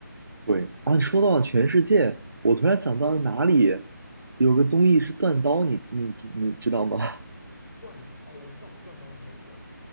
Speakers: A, on the right; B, on the left.
A: 对，啊，你说到了全世界，我突然想到了哪里有个综艺是断刀，你你你知道吗？<laughs>
B: 断哦，我知道断到了美国了，